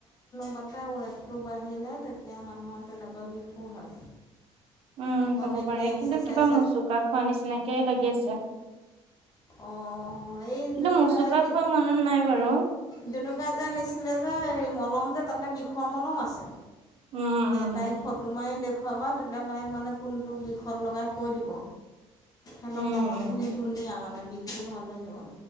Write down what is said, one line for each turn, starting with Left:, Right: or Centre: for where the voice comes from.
Left: সদায় ৱেটটো বাঢ়িলে তেতিয়া মানুহৰ তেনেকুৱা বিষো হয়।
Right: উম,
Left: অকণ
Right: হ'ব
Left: এইখিনি
Right: পাৰে
Left: এক্সাৰচাইজ
Right: কিন্তু কিবা মোচুকা খোৱা নিচিনাকে লাগি আছে। <inaudible>
Left: অঁ এই
Right: কিন্তু
Left: জুনুকা
Right: মুচুকা
Left: দি,
Right: খোৱা মনত নাই বাৰু
Left: জুনুকা যে আনিছিলা যে। মলম যে তাতে বিষৰ মলম আছে,
Right: উম উম
Left: তাই ফটো মাৰি দেখো দোখোৱাবা তেতিয়া তাই মানে কোনটো বিষদ লগাই কৈ দিব। একদম
Right: উম
Left: মলমখিনি
Right: উম
Left: ধুনীয়া মানে, বিষটো ভাল হৈ যাব।